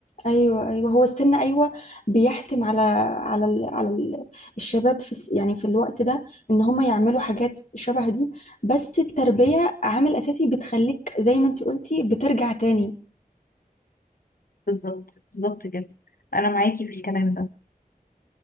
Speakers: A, on the left; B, on the left.
A: ايوه ايوه هو السن ايوه بيحتم على على ال على ال الشباب في الس- يعني في الوقت ده ان هم يعملوا حاجات شبه دي بس التربية عامل اساسي بتخليك زي ما انت قلتي بترجع تاني
B: بالظبط بالظبط كده انا معاكي في الكلام ده